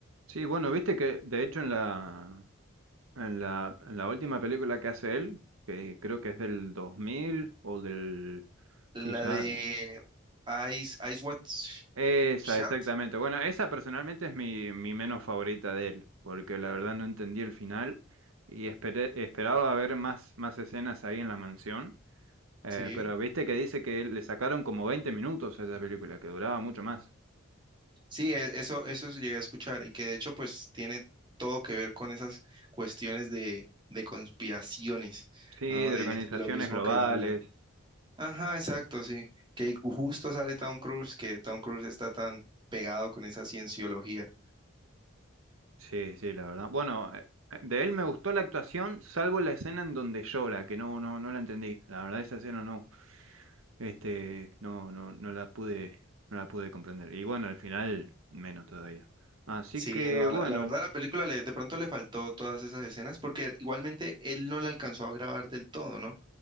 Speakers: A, on the right; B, on the right.
A: Sí, bueno, viste que de hecho en la, en la, en la última película que hace él, que creo que es del 2000 o del...
B: La
A: Sí, ya...
B: de Eyes, Eyes Wide
A: Esa,
B: Shut,
A: exactamente. Bueno, esa personalmente es mi, mi menos favorita de él, porque la verdad no entendí el final y esperé- esperaba ver más, más escenas ahí en la mansión, eh,
B: sí,
A: pero viste que dice que le sacaron como 20 minutos a esa película, que duraba mucho más.
B: Sí, e- eso, eso sí llegué a escuchar y que de hecho pues tiene todo que ver con esas cuestiones de, de conspiraciones,
A: Sí,
B: ¿no?
A: de
B: De
A: organizaciones
B: lo mismo
A: globales.
B: que hablan. Ajá, exacto, sí. Que justo sale Tom Cruise, que Tom Cruise está tan pegado con esa cienciología.
A: Sí, sí, la verdad. Bueno, eh, eh, de él me gustó la actuación, salvo la escena en donde llora, que no, no, no la entendí. La verdad, esa escena no, este, no, no, no la pude, no la pude comprender. Y bueno, al final, menos todavía. Así
B: Sí,
A: que
B: no,
A: bueno,
B: la, la verdad la película le- de pronto le faltó todas esas escenas porque igualmente él no la alcanzó a grabar del todo, ¿no?